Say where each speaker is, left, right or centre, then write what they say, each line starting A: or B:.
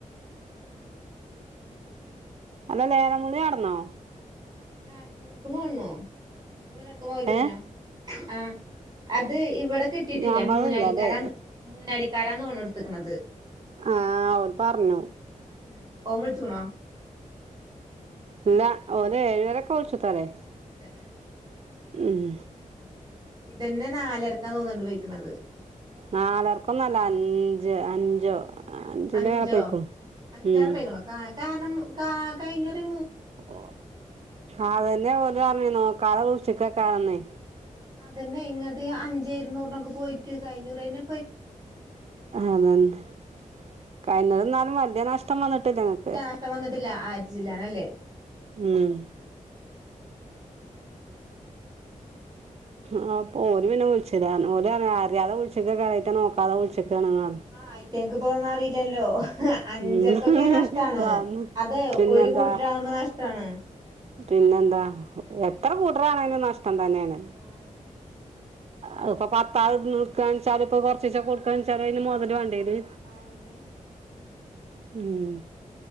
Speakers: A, on the right; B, on the right.
A: ഉം
B: അല്ല ലേലം ബുളി നടന്നോ
A: നടന്ന്കുണു തോന്നുണു ഇങ്ങളെടത്ത് മൗലൂദ്
B: ഏ
A: നോ ആഹ് അത് ഇവ ടെ കിട്ടിട്ടില്ല
B: ഞമ്മളില്ലല്ലേ
A: മൂന്നടിക്കാരാ മൂന്നാടിക്കാരാ തോന്ന്ണു ഇട്ത്ത്ക്ണത്
B: ആഹ് അവൻ പറഞ്ഞു
A: ഉം ഓൻ വിൾച്ക്ണോ
B: ഇല്ല ഓന് ഏഴുപേരൊക്കെ വിളിച്ചുത്താലേ
A: തന്നെ
B: ഉഹ്
A: ഇതന്നെ നാലരക്കാ തോന്ന്ണ്ട് പോയിക്കണത്
B: നാലരക്കൊന്നല്ല അഞ്ച് അഞ്ചോ അഞ്ചിൻ്റെ
A: അഞ്ചോ
B: മേപ്പട്ടയിക്കുണു
A: അഞ്ചിലേറെ
B: ഉം
A: പോയിക്ക്ണു കാ കാരണം കാ കഴിഞ്ഞൊറി
B: ഓ അതന്നെ ഓല് പറഞ്ഞ നോക്കാതെ വിളിച്ചക്കക്കാരന്ന്
A: അതന്നെ ഇങ്ങട്ട് അഞ്ചെ ഇരുന്നൂറിനൊക്കെ പോയിട്ട് കഴിഞ്ഞുറ്യന്നെ
B: അതന്നെ കഴിഞ്ഞതിന്നാലും വല്യ നഷ്ടം വന്നിട്ടില്ല ഇങ്ങക്ക്
A: ഇല്ല നഷ്ടം വന്നിട്ടില്ല ആയിരത്തിച്ചില്ലാനല്ലേ
B: ഉം ആ അപ്പൊ ഓരുപിനെ വിളിച്ചിലാ ഓലാ ണെ അറ്യാതെ വിളിച്ചക്കെക്കാരം അയ്റ്റ നോക്കാതെ വിളിച്ച പർഞ്ഞ്
A: ആയിറ്റങ്ങക്ക് ഇപ്പതൊന്നും അറില്ലല്ലോ അഞ്ചരക്കൊക്കെ
B: ഉം
A: നഷ്ടാണ്
B: വന്ന്
A: അതെ
B: പിന്നെന്താ
A: ഒരു കൂട്ടരാകുമ്പോ നഷ് ട്ടാണ്
B: പിന്നെന്താ എത്ര കൂട്ട്രരാണെലും നഷ് ട്ടം തന്നെണ്
A: ആഹ്
B: അ ഇപ്പം പത്താൾ ഇട്ക്കാണെച്ചാ അതിപ്പോ കൊർച്ചീച്ച കൊടുക്കാന്ന് വച്ചാലും അയ്ന് മൊതല് വേണ്ടേ
A: അതെന്നെ
B: ഉം